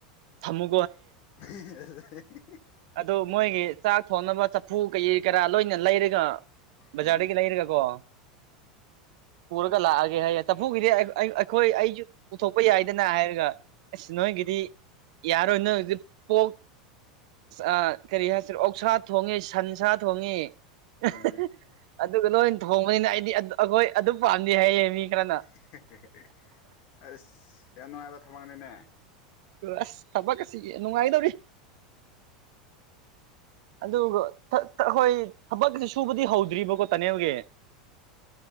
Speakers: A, on the right (about 65°); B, on the left (about 55°).
A: ꯊꯝꯃꯨ
B: ꯍꯤ ꯍꯤ ꯍꯤ ꯍꯤ ꯍꯤ
A: ꯑꯗꯨ ꯃꯣꯏꯒꯤ ꯆꯥꯛ ꯊꯣꯡꯅꯕ ꯆꯐꯨ ꯀꯩꯀꯩ ꯀꯔꯥ ꯂꯣꯏꯅ ꯂꯩꯔꯒ ꯕꯖꯥꯔꯗꯒꯤ
B: ꯎꯝ
A: ꯂꯩꯔꯒ ꯀꯣ ꯄꯨꯔꯒ ꯂꯥꯛꯑꯒꯦ ꯍꯥꯏꯌꯦ ꯆꯐꯨꯒꯤꯗꯤ ꯑꯩ ꯑꯩ ꯑꯩꯈꯣꯏ ꯑꯩꯖꯨ ꯄꯨꯊꯣꯛꯄ ꯌꯥꯏꯗꯅꯥ ꯍꯥꯏꯔꯒ ꯑꯁ ꯅꯣꯏꯒꯤꯗꯤ ꯌꯥꯔꯣꯏ ꯅꯣꯏ ꯍꯧꯖꯤꯛ ꯄꯣꯛ ꯑꯥ ꯀꯔꯤ ꯍꯥꯏꯁꯤꯔ ꯑꯣꯛ ꯑꯣꯛꯁꯥ ꯊꯣꯡꯉꯦ ꯁꯟꯁꯥ ꯊꯣꯡꯉꯦ ꯑꯍꯦ
B: ꯎꯝ
A: ꯍꯦ ꯑꯗꯨꯒ ꯂꯣꯏ ꯊꯣꯡꯕꯅꯦꯅ ꯑꯩ ꯗꯤ ꯑꯗꯨ ꯑꯈꯣꯏ ꯑꯗꯨ ꯄꯥꯝꯗꯤ ꯍꯥꯏꯌꯦ ꯃꯤ ꯈꯔꯅ
B: ꯍꯦ ꯍꯦ ꯍꯦ ꯑꯁ ꯌꯥꯝ ꯅꯨꯡꯉꯥꯏꯕ ꯊꯕꯛꯅꯦꯅꯦ
A: ꯑꯁ ꯊꯕꯛ ꯀꯁꯤ ꯅꯨꯡꯉꯥꯏꯗꯧꯔꯤ ꯑꯗꯨꯒ ꯊ ꯊ ꯍꯣꯏ ꯊꯕꯛꯇꯤ ꯁꯨ ꯁꯨꯕꯗꯤ ꯍꯧꯗ꯭ꯔꯤꯕꯀꯣ ꯇꯥꯅꯦꯜꯒꯤ